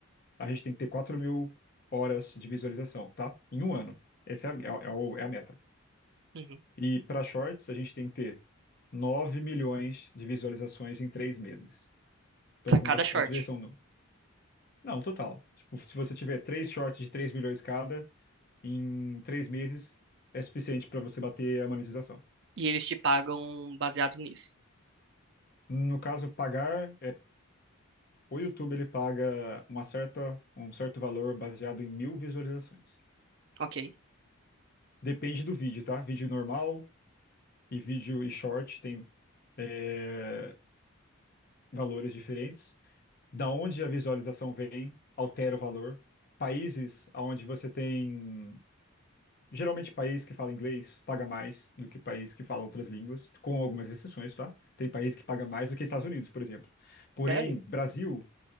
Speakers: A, on the left; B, on the right.
A: a gente tem que ter quatro mil horas de visualização, tá? Em um ano. Essa é a, é a, é a meta.
B: uhum.
A: E para shorts, a gente tem que ter 9 milhões de visualizações em 3 meses. Então,
B: Pra
A: como
B: cada
A: você
B: short.
A: pode ver, são. Não, total. Tipo, se você tiver três shorts de 3 milhões cada, em 3 meses é suficiente para você bater a monetização.
B: E eles te pagam baseado nisso.
A: No caso, pagar é. O YouTube ele paga uma certa, um certo valor baseado em mil visualizações.
B: Ok.
A: Depende do vídeo, tá? Vídeo normal, e vídeo e short tem é, valores diferentes. Da onde a visualização vem, altera o valor. Países onde você tem. Geralmente, país que fala inglês paga mais do que país que fala outras línguas, com algumas exceções, tá? Tem país que paga mais do que Estados Unidos, por exemplo. Porém,
B: Sério?
A: Brasil,